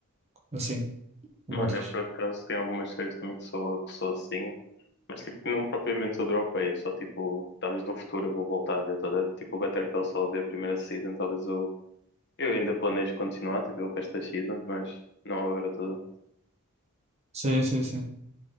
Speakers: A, on the right; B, on the left.
A: assim como
B: Mano,
A: outras.
B: eu por acaso tenho algumas séries também que sou, que sou assim. Mas tipo, não propriamente toda europeia, só tipo, talvez no futuro eu vou voltar a ver toda, tipo, o Better Call Saul ver a primeira season, talvez eu, eu ainda planejo continuar, tipo, o resto das seasons, mas não agora toda.
A: Sim, sim, sim.